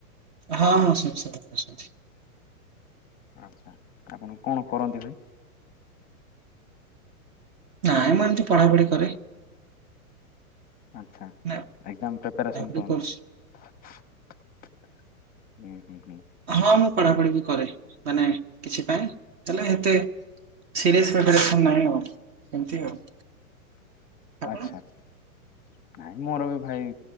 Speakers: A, on the right (about 30°); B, on the left (about 20°).
A: ହଁ ହଁ ସମସ୍ତେ ଭଲ ଅଛନ୍ତି।
B: ଆଚ୍ଛା ଆପଣ କଣ କରନ୍ତି ଏବେ?
A: ନାଇଁ ମୁଁ ଏମିତି ପଢାପଢି କରେ।
B: ଆଚ୍ଛା
A: ନା
B: ଏକ୍ଜାମ ପ୍ରିପାରେସନ୍
A: ପଢାପଢି
B: କରନ୍ତି?
A: କରୁଛି।
B: ହୁଁ ହୁଁ ହୁଁ।
A: ହଁ ମୁଁ ପଢ଼ାପଢ଼ି ବି କରେ ମାନେ କିଛି ପାଇଁ ହେଲେ ଏତେ ସିରିଏସ ପ୍ରିପାରେସନ ନାହିଁ ଆଉ ଏମତି ଆଉ। ଆପଣ
B: ଆଚ୍ଛା ଆଛା ନାଇଁ ମୋର ବି ଭାଇ